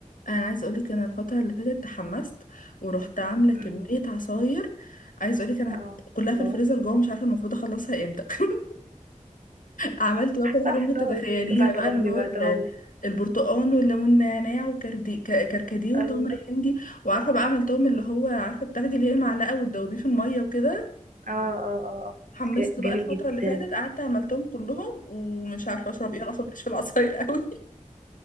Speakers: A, on the left; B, on the right.
A: انا عايز اقولك انا الفتره اللي فاتت تحمست ورحت عامله كميه
B: أمم،
A: عصاير عايز اقولك انا
B: اه
A: كلها
B: الله
A: في الفريزر جوه مش عارفه المفروض اخلصها امتى <laughs> عملت بقى كل
B: لا
A: حاجه
B: حلو
A: ممكن تتخيليها
B: قوي بعتهم
A: بقى اللي
B: لي
A: هو
B: بعتهم
A: ال-
B: لي
A: البرتقال والليمون نعناع وكردي ك- كركديه وتمر
B: الله
A: هندي وعارفه بقى عملتهم اللي هو عارفه بتاخدي اللي هي معلقه وتدوبيه في الميه وكده
B: اه اه اه آه.
A: حمست
B: ج-
A: بقى
B: جميل
A: الفتره
B: جدا
A: اللي فاتت قعدت عملتهم كلهم ومش عارفه اشرب ايه انا اصلا مش في العصاير قوي